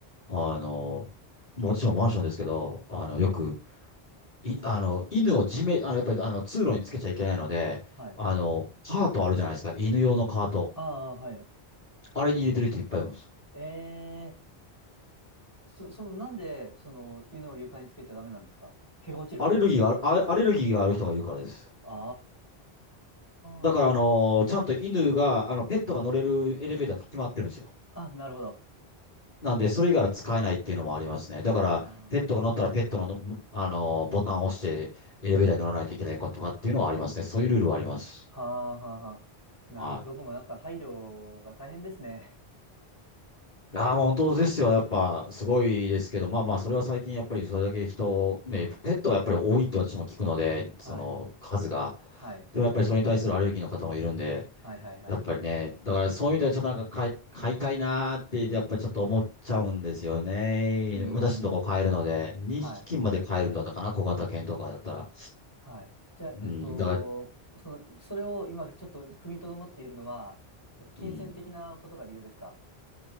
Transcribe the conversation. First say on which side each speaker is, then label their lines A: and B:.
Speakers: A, on the left; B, on the left.
A: あの、もちろんマンションですけど、あの、
B: はい。
A: よく、い、あの、犬を地面、あの、やっぱり、あの、通路につけちゃいけないので、
B: はい。
A: あの、カートあるじゃないですか。犬用のカート。
B: ああ、はい。
A: あれに入れてる人いっぱいいます。
B: ええそ、その、なんで、その、犬を床につけちゃダメなんですか毛が落ちるから。
A: アレルギーがある、あアレルギーがある人がいるからです。
B: あ
A: だから、
B: あ。
A: あのーちゃんと犬が、あの、ペットが乗れるエレベーターって決まってるんですよ。
B: あ、なるほど。
A: なんで、それ以外は使えないっていうのもありますね。だから、
B: ああ。
A: ペットが乗ったらペットのの、あのーボタンを押して、エレベーターに乗らないといけないかとかっていうのはありますね。そういうルールはあります。
B: はあ、はあ、はあ。なるほど。
A: は
B: どこもなんか配慮が大変ですね。
A: い。ああ、もう本当ですよ。やっぱ、すごいですけど、まあまあ、それは最近、やっぱりそれだけ人、ね、ペットはやっぱり多いって私も聞くので、
B: はい。
A: その数が。
B: はい。
A: でもやっぱりそれに対するアレルギーの方もいるんで、
B: はい、はい、はい。
A: やっぱりね、だからそういう意味ではちょっとなんか買い、買いたいなーって、やっぱちょっと思っちゃうんですよね。
B: うー
A: 私のとこ買えるので、
B: ん。
A: 2匹まで買えるんだったかな、
B: はい。
A: 小型犬とかだったら。
B: はい。じゃあ、
A: うん、
B: えっと、
A: だから、
B: その、それを今ちょっと踏みとどまっているのは、やっぱ金銭的なことが理由ですか
A: うん。